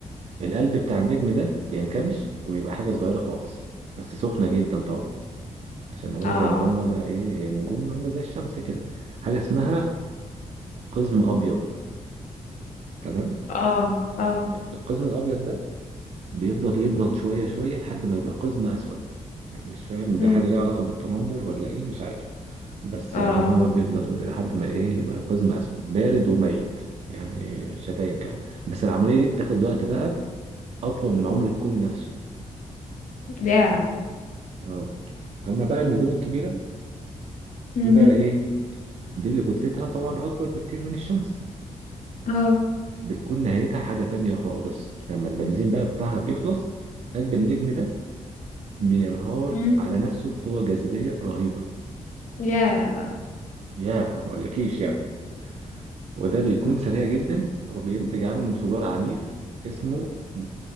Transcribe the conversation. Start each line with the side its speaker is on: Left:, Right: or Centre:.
Right: القلب بتاع النجم ده بينكمش وبيبقى حاجة صغيرة خالص بس سخنة جدا طبعا عشان هو
Left: اه اه
Right: زي ما قلنا ده ايه هي نجوم عاملة زي الشمس كده حاجة اسمها قزم أبيض تمام
Left: اه اه
Right: القزم الأبيض ده بيفضل يبرد شوية شوية لحد ما يبقى قزم أسود يعني مش فاهم
Left: مم.
Right: ده حاجة ليها علاقة بالتنمر ولا ايه مش عارف بس
Left: اه
Right: يعني
Left: اه
Right: هو بيفضل لحد ما ايه يبقى قزم أسود بارد وميت يعني شتايم كمان بس العملية دي بتاخد وقت بقى أطول من عمر الكون نفسه
Left: يا
Right: اه أما بقى النجوم الكبيرة
Left: مهم.
Right: دي بقى ايه دي اللي كتلتها طبعا اكبر بكتير من الشمس
Left: اه
Right: بتكون نهايتها حاجة تانية خالص لما البنزين بقى بتاعها بيخلص قلب النجم ده بينهار
Left: مم.
Right: على نفسه بقوة جاذبية رهيبة
Left: يا بقى
Right: يا مقولكيش يعني وده بيكون سريع جدا وبينتج عنه انفجار عنيف اسمه م-